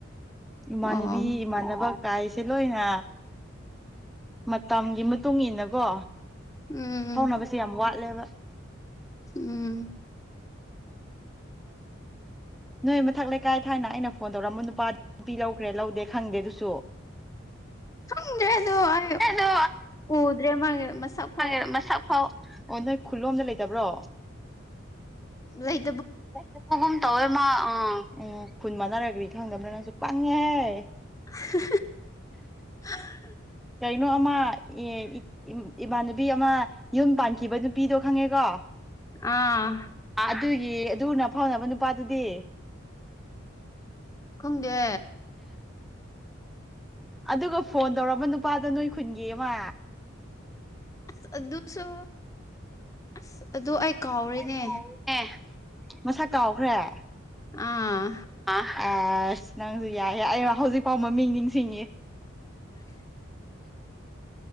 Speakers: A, in the centre; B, on the left.
A: ꯏꯃꯥꯟꯅꯕꯤ
B: ꯑꯣ
A: ꯏꯃꯥꯟꯅꯕ ꯀꯥꯏꯁꯦ ꯂꯣꯏꯅ ꯃꯇꯝꯒꯤ ꯃꯇꯨꯡ ꯏꯟꯅꯀꯣ
B: ꯎꯝ
A: ꯐꯥꯎꯅꯕꯁꯦ ꯌꯥꯝ ꯋꯥꯠꯂꯦꯕ
B: ꯎꯝ
A: ꯅꯣꯏ ꯃꯊꯛ ꯂꯩꯀꯥꯏ ꯊꯥꯏꯅ ꯑꯩꯅ ꯐꯣꯟ ꯇꯧꯔꯛꯝꯕ ꯅꯨꯄꯥ ꯅꯨꯄꯤ ꯂꯧꯈ꯭ꯔꯦ ꯂꯧꯗꯦ ꯈꯪꯗꯦ ꯑꯗꯨꯁꯨ
B: ꯈꯪꯗ꯭ꯔꯦ ꯑꯗꯣ ꯑꯩ
A: ꯈꯪꯗꯦ ꯑꯗꯣ
B: ꯎꯗ꯭ꯔꯦ ꯃꯥꯒꯤ ꯃꯁꯛ ꯐꯥꯎ
A: ꯑꯩ ꯃꯁꯛꯐꯥꯎ ꯑꯣ ꯅꯣꯏ ꯈꯨꯜꯂꯣꯝꯗ ꯂꯩꯇꯕ꯭ꯔꯣ
B: ꯂꯩ
A: ꯂꯩꯇꯕꯒꯨꯝ ꯇꯧꯌꯦ ꯃꯥ ꯑꯥ ꯎꯝ ꯈꯨꯟ ꯃꯥꯟꯅꯔꯒ꯭ꯔꯤ ꯈꯪꯗꯕꯅꯣ ꯅꯪꯁꯨ ꯄꯪꯉꯦꯍꯦ
B: ꯍꯤ ꯍꯤ
A: ꯀꯩꯅꯣ ꯑꯃ ꯑꯦ ꯏ ꯏꯃꯥꯟꯅꯕꯤ ꯑꯃ ꯌꯨꯝ ꯄꯥꯟꯈꯤꯕ ꯅꯨꯄꯤꯗꯣ ꯈꯪꯉꯦꯀꯣ
B: ꯑꯥ
A: ꯑꯗꯨꯒꯤ ꯑꯗꯨꯅ ꯐꯥꯎꯅꯕ ꯅꯨꯄꯥꯗꯨꯗꯤ
B: ꯈꯪꯗꯦ
A: ꯑꯗꯨꯒ ꯐꯣꯟ ꯇꯧꯔꯝꯕ ꯅꯨꯄꯥꯗꯣ ꯅꯣꯏ ꯈꯨꯟꯒꯤꯃꯥ
B: ꯑꯁ ꯑꯗꯨꯁꯨ ꯑꯁ ꯑꯗꯨ ꯑꯩ ꯀꯥꯎꯔꯦꯅꯦ
A: ꯑꯩ ꯀꯥꯎꯏꯅꯦ ꯃꯁꯥꯛ ꯀꯥꯎꯈ꯭ꯔꯦ ꯑ
B: ꯑꯥ
A: ꯑ ꯑꯁ ꯅꯪꯁꯨ ꯌꯥꯏ ꯑꯩ ꯍꯧꯖꯤꯛꯐꯥꯎ ꯃꯃꯤꯡ ꯅꯤꯡꯁꯤꯡꯉꯤ